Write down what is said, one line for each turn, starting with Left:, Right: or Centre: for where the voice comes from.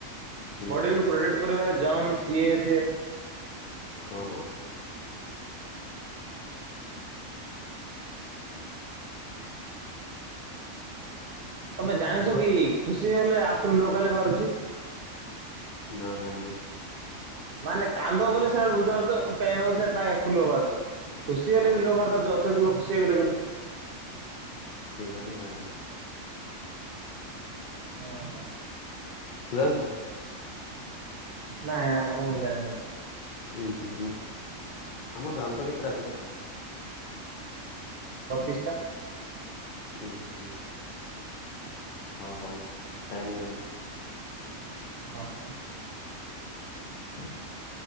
Left: ହୁଁ
Right: ବଡ଼ିକୁ ପ୍ରୋଟେକ୍ଟ୍ କରିବାରେ ଜଂଗ୍ ଇଏ ସିଏ।
Left: ହଁ
Right: ତମେ ଜାଣିଚ
Left: ଆମର
Right: କି ଖୁସି ହେଲେ ଆଖିରୁ ଲୁହ ଖାଲି ବାହାରୁଚି।
Left: ନା ଜାଣିନି।
Right: ମାନେ କାନ୍ଦ ବୋଲି ସେ ବୁଝିପାରୁଚ ପେନ୍ ହଉଚି କାଇଁ ଆଖିରୁ ଲୁହ ବାହାରୁଚି। ଖୁସି ହେଲେ
Left: ହଁ
Right: ବି ଲୁହ ବାହାର କରୁଚ। ଯ ଅତ୍ୟଧିକ ଖୁସି ହେଇଗଲେ ବୋଲି।
Left: କେଜାଣି ଜାଣିନି।
Right: ଓହୋ
Left: ତୁ ଜାଣିଛୁ।
Right: ନାଇଁ ହେଡା ମୁଁ ବି ଜାଣିନି।
Left: ଉୁଁ ହୁଁ ଆମର ଦାନ୍ତ କେତେଟା ଅଛି। କ
Right: ବତିଶ୍ ଟା
Left: ଉଁ ହୁଁ ହଁ ହଉ ଟାଇମ୍ ହେଇଗଲା।
Right: ଓହୋ।
Left: କଣ ହେଲା?